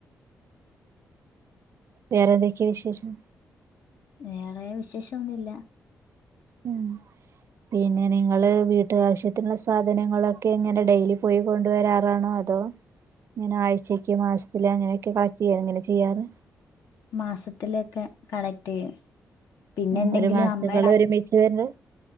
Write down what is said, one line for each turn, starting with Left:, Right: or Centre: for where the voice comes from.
Right: വേറെന്തൊക്കെയാ വിശേഷം
Left: വേറെ വിശേഷൊന്നുല്ല
Right: ഉം പിന്നെ നിങ്ങള് വീട്ട് ആവശ്യത്തിനുള്ള സാധനങ്ങളൊക്കെ ഇങ്ങനെ ഡെയിലി പോയി കൊണ്ട് വരാറാണോ അതോ ഇങ്ങനെ ആഴ്ചക്ക് മാസത്തില് അങ്ങനെയൊക്കെ കളക്ട് ചെയ്യ എങ്ങനെ ചെയ്യാറ്
Left: മാസത്തിലൊക്കെ കളക്ട് ചെയ്യും പിന്നെ
Right: ആഹ്
Left: എന്തെങ്കിലും
Right: ഒരു മാസത്തേക്കുള്ള
Left: അമ്മേടെ അ
Right: ഒരുമിച്ച് തന്നെ